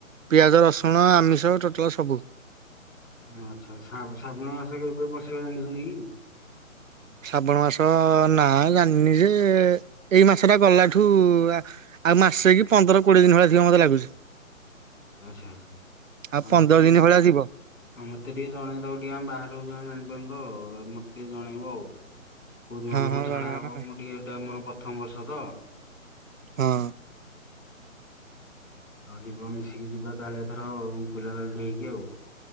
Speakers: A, on the right; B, on the left.
A: ପିଆଜ ରସୁଣ ଆମିଷ ଟୋଟାଲ ସବୁ।
B: ଆଚ୍ଛା ଆଚ୍ଛା ସା ଶ୍ରାବଣ ମାସ କେବେ ପଶିବ ଜାଣିଛନ୍ତି କି?
A: ଶ୍ରାବଣ ମାସ ନା ଜାଣିନି ଯେ ଏଇ ମାସ ଟା ଗଲା ଠୁ ଆ ଆଉ ମାସେ କି ପନ୍ଦର କୋଡିଏ ଦିନ ଭଳିଆ ଥିବା ମତେ ଲାଗୁଛି।
B: ଆଚ୍ଛା ଆଚ୍ଛା
A: ଆଉ ପନ୍ଦର
B: ମତେ ଟିକେ
A: ଦିନ ଭଳିଆ ଥିବ।
B: ଆଉ ମତେ ଟିକେ ଜଣେଇଦବ ଟିକେ ଆମେ ବାହାରେ ରହୁଛୁ ଜାଣିପାରୁନୁ ତ ମତେ ଟିକେ ଜଣେଇବ ଆଉ। କୋଉ ଦିନଠୁ
A: ହଁ
B: କଣ
A: ହଁ
B: ଛାଡା
A: ଗଣିବା
B: ହବ
A: ନା
B: ମୁଁ ଟିକେ ଏଟା ମୋର ପ୍ରଥମ ବର୍ଷ ତ।
A: ହଁ।
B: ଆଉ ଯିବା ମିଶିକି ଯିବା ତାହେଲେ ଏଥର ପିଲାଦଳ ଟେ ହେଇକି ଆଉ।